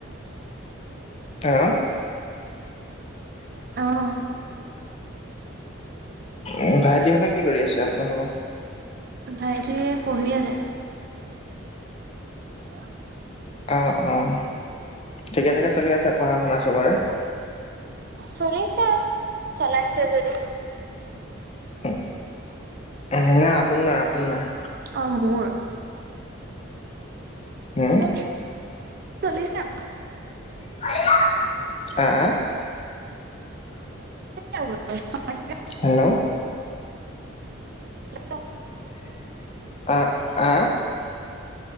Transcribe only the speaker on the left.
অ
উ ভাইটিহঁতে কি কৰি আছে আপোনালোক
অ', অ', ঠিকে থাকে চলি আছে পঢ়া শুনা চবৰে?
উম, এ হে আপোনাৰ - আপোনাৰ
উম
<unintelligible>
হেল্ল',
আ, আহ?